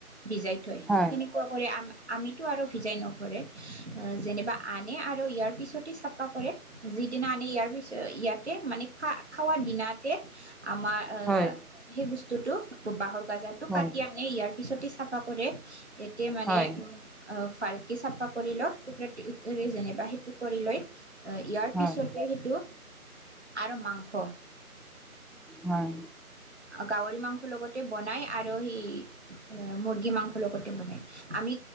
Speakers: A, on the right (about 45°); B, in the centre.
A: ভিজাই থৈ
B: হয়,
A: সেনেকুৱা কৰে, আমা আমিতো আৰু ভিজাই নকৰে যেনিবা আনে আৰু ইয়াৰ পিছতে চাফা কৰে যি দিনা আনে ইয়াৰ পিছত ইয়াতে মানে খা খাৱা দিনাতে আমাৰ এ
B: হয়,
A: সেই বস্তুটো বাঁহৰ গাজাটো
B: হয়,
A: কাটি আনে ইয়াৰ পিছতে চাফা কৰে এতে মানে
B: হয়,
A: অ' ফাল ভালকে চাফা কৰি লওঁ টুকুৰা যেনিবা সেইটো কৰি লৈ ইয়াৰ
B: হয়,
A: পিছতে সেইটো আৰু মাংস
B: হয়।
A: গাহৰি মাংসৰ লগতে বনাই আৰু সেই মুৰ্গী মাংসৰ লগতে বনাই, আমি